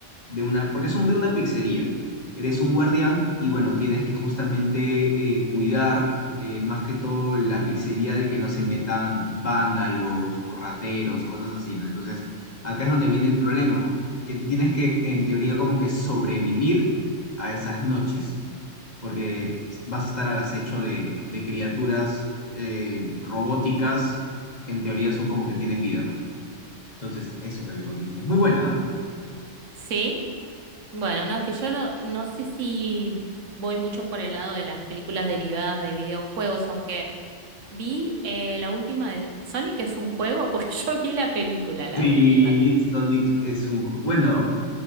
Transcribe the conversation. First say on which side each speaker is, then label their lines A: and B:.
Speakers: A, on the left (about 35°); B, on the right (about 80°).
A: de una, porque son de una pizzería. Eres un guardián y, bueno, tienes que justamente eh, cuidar eh, más que todo la pizzería de que no se metan vándalos o rateros, cosas así, ¿no? Entonces, acá es donde viene el problema, que tú tienes que, en teoría, como que sobrevivir a esas noches porque vas a estar al acecho de, de criaturas eh, robóticas que en teoría son como que tienen vida, ¿no? Entonces, eso es lo que consiste. Es muy buena, ¿ah?
B: sí. Bueno, no, es que yo no, no sé si voy mucho por el lado de las películas derivadas de videojuegos, aunque vi eh, la última de Sonic que es un juego, <laughs> porque yo vi la película, la
A: Sí,
B: última.
A: Sonic es un... ju- Bueno,